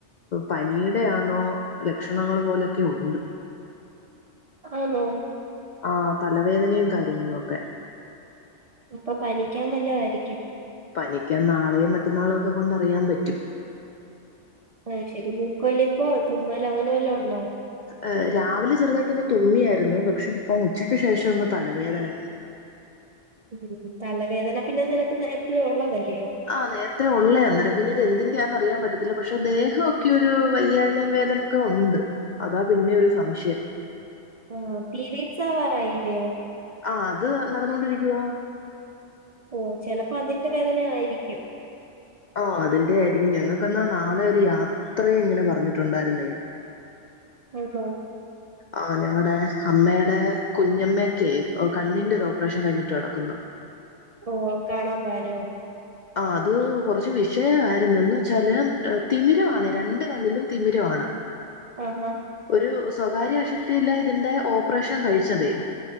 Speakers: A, on the left; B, on the right.
A: പനിയുടെയാന്നോ ലക്ഷണങ്ങള് പോലൊക്കെ ഉണ്ട്.
B: ആണോ
A: ആഹ് തലവേദനയും കാര്യങ്ങളും ഒക്കെ.
B: അപ്പം പനിക്കാൻ വല്ലതും ആയിരിക്കും.
A: പനിക്കാൻ നാളെയും മറ്റന്നാളും ഒക്കെ കൊണ്ട് അറിയാൻ പറ്റും.
B: അയ് ശരി മൂക്കൊലിപ്പോ തുമ്മലോ അങ്ങനെ വല്ലും ഉണ്ടോ?
A: ഏഹ് രാവിലെ ചെറുതായിട്ടൊന്ന് തുമ്മിയായിരുന്നു, പക്ഷെ ഇപ്പം ഉച്ചക്ക് ശേഷം ഒന്ന് തലവേദന.
B: ഉം തലവേദന പിന്നെ നിനക്ക് എപ്പോഴും ഉള്ളതല്ലേ.
A: ആഹ് നേരത്തെ ഉള്ളയാണ് അന്നേരം പിന്നെ ഇത് എന്തിന്റെ ആണെന്ന് അറിയാൻ പറ്റ ത്തില്ല പക്ഷെ ദേഹം ഒക്കെ ഒരു വയ്യായ്മ വേദനയൊക്കെ ഉണ്ട്, അതാ പിന്നെ ഒരു സംശയം.
B: ആഹ് പീരിയഡ്‌സ് ആവാറായില്ലയോ.
A: ആഹ് അത് നടന്നോണ്ടിരിക്കുവാ.
B: ഓ ചിലപ്പോ അതിന്റെ വേദന ആയിരിക്കും.
A: ആഹ് അതിന്റെ ആയിരിക്കും, ഞങ്ങൾക്കെന്നാ നാളെ ഒരു യാത്രയെ ഇങ്ങനെ പറഞ്ഞിട്ടുണ്ടായിരുന്നേ.
B: ഓ ഓ
A: ആഹ് ഞങ്ങടെ അമ്മടെ. കുഞ്ഞമ്മക്കെ കൊ കണ്ണിന്റെ ഓപ്പറേഷൻ കഴിഞ്ഞിട്ട് കിടക്കുന്നു.
B: ഓ കാണാൻ പാനോ
A: ആ അത് കുറച്ച് വിഷയായിരുന്നു എന്ന് വെച്ചാല് ഏഹ് തിമിരവാണ് രണ്ട് കണ്ണിലും തിമിരവാണ്
B: ആഹാ
A: ഒരു സ് സ്വകാര്യ ആശുപത്രിയിലാ ഇതിന്റെ ഓപ്പറേഷൻ കഴിച്ചതേ